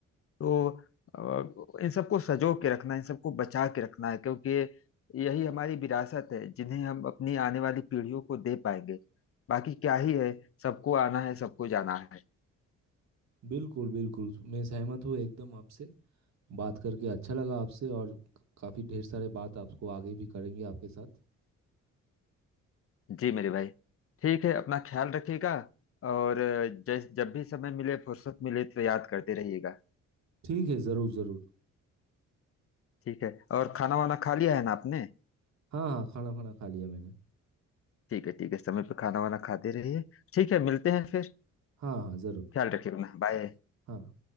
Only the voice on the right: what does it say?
बिल्कुल बिल्कुल मैं सहमत हूँ एकदम आपसे बात करके अच्छा लगा आपसे और काफ़ी ढेर सारे बात आपको आगे भी करेंगे आपके साथ
ठीक है ज़रूर ज़रूर
हाँ हाँ खाना खाना खा लिया मैंने
हाँ हाँ ज़रूर
हाँ